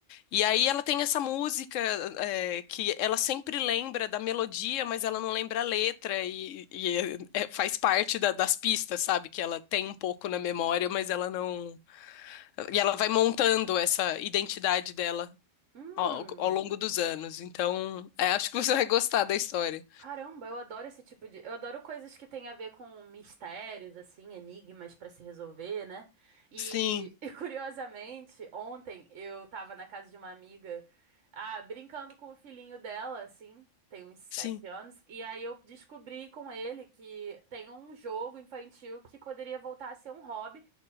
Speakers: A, on the left (about 80°); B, on the right (about 70°).
A: E aí ela tem essa música é, que ela sempre lembra da melodia, mas ela não lembra a letra e, e é- é- faz parte da- das pistas, sabe? Que ela tem um pouco na memória, mas ela não. E ela vai montando essa identidade dela
B: hum.
A: ao, ao longo dos anos. Então, é, acho que você vai gostar da história.
B: Caramba, eu adoro esse tipo de. Eu adoro coisas que têm a ver com mistérios, assim, enigmas pra se resolver, né? E,
A: Sim,
B: <laughs> e, curiosamente, ontem eu tava na casa de uma amiga, ah, brincando com o filhinho dela, assim, tem uns sete
A: sim,
B: anos, e aí eu descobri com ele que tem um jogo infantil que poderia voltar a ser um hobby.